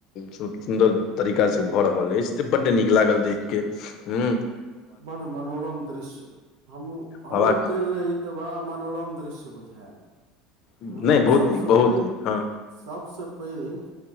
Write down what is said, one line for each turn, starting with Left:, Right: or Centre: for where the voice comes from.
Left: सु सुन्दर तरीकाँ भऽ रहल अछि त बड्डे नीक लागल देख के हू
Right: बड़ मनोरम दृश्य हम हमहु
Left: बाबा
Right: गेल रही तऽ बड़ा मनोरम दृश्य बुझायल
Left: नहि
Right: ह आ
Left: बहुत
Right: सबस
Left: नीक बहुत
Right: पैघ
Left: नीक हँ
Right: सभसँ पैघ